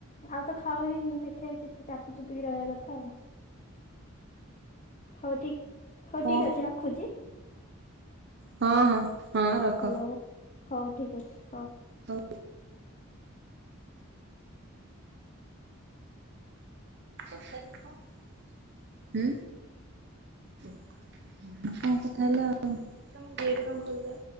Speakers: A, on the left; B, on the right.
A: ଆଉ ତ ଖାଉନି ଦେଖିବା ଏତେ ଚାପି ଚୁପିକି ରହିବା କଥା ଆଉ। ହଉ ଠିକ ହଉ
B: ହୁଁ।
A: ଠିକ ଅଛି ରଖୁଛି?
B: ହଁ ହଁ। ରଖ
A: ହ୍ୟାଲୋ ହଉ ଠିକ ଅଛି ହଉ
B: ହଉ ହୁଁ। ଆ କଣ କଥା ହେଲା ଆଉ ତମ ଗେଟ କଣ ଖୋଲଛ?